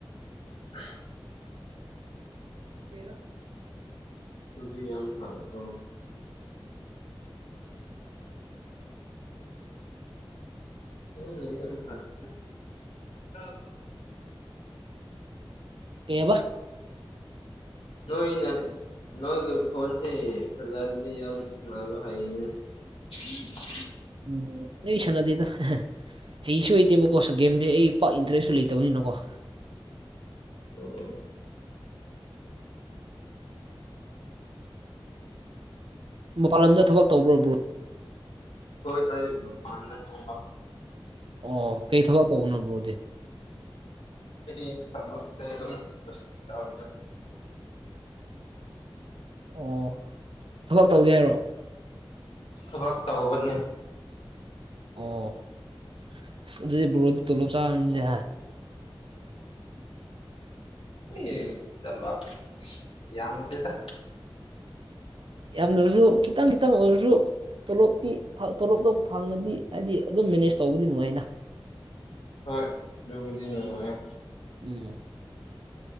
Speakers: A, on the left (about 80°); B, on the right (about 65°).
A: <unintelligible>
B: <inaudible>
A: ꯇꯨꯗꯤ ꯌꯥꯝ ꯐꯪꯏꯀꯣ <unintelligible>
B: ꯀꯩꯑꯕꯥ
A: ꯅꯣꯏꯅ ꯅꯣꯏꯒꯤ ꯐꯣꯟꯁꯦ ꯐꯖꯔꯗꯤ ꯌꯥꯝ ꯁꯥꯟꯅꯕ ꯍꯩꯅꯦ <unintelligible>
B: ꯎꯝ ꯑꯩ ꯁꯅꯥꯗꯦꯗ ꯍꯩꯁꯨ ꯍꯩꯇꯦꯕꯀꯣ ꯒꯦꯝꯁꯦ ꯑꯩ ꯄꯥꯛ ꯏꯟꯇꯔꯦꯁꯁꯨ ꯂꯩꯇꯕꯅꯤꯅꯀꯣ
A: ꯑꯣ
B: ꯃꯄꯜ ꯂꯝꯗꯥ ꯊꯕꯛ ꯇꯧꯕ꯭ꯔꯣ ꯕ꯭ꯔꯣ
A: ꯍꯣꯏ ꯑꯩ ꯐ ꯐ ꯂ <unintelligible>
B: ꯑꯣ ꯀꯩ ꯊꯕꯛ ꯇꯧꯕꯅꯕ꯭ꯔꯣꯗꯤ
A: ꯑꯩ ꯊꯕꯛꯁꯦ ꯑꯗꯨꯝ <unintelligible>
B: ꯑꯣ ꯊꯕꯛ ꯇꯧꯒꯦ ꯍꯥꯏꯔꯣ
A: ꯊꯕꯛ ꯇꯧꯕꯅꯦ
B: ꯑꯣ ꯑꯁ ꯑꯗꯨꯗꯤ ꯕꯣꯗꯤ ꯇꯣꯂꯣꯞ ꯆꯥꯔꯕꯅꯤꯅꯦ
A: ꯑꯦ ꯇꯦꯜ ꯂꯥꯛꯁ ꯌꯥꯝꯗꯦꯗ
B: ꯌꯥꯝꯅꯁꯨ ꯈꯤꯇꯪ ꯈꯤꯇꯪ ꯑꯣꯏꯔꯁꯨ ꯇꯣꯂꯣꯞꯇꯤ ꯐꯪ ꯇꯣꯂꯣꯞꯇꯣ ꯐꯪꯉꯗꯤ ꯍꯥꯏꯗꯤ ꯑꯗꯨꯝ ꯃꯦꯅꯦꯖ ꯇꯧꯕꯗꯤ ꯅꯨꯡꯉꯥꯏꯅꯥ
A: ꯍꯣꯏ ꯑꯗꯨꯕꯨꯗꯤ ꯅꯨꯡꯉꯥꯏꯌꯦ
B: ꯎꯝ꯫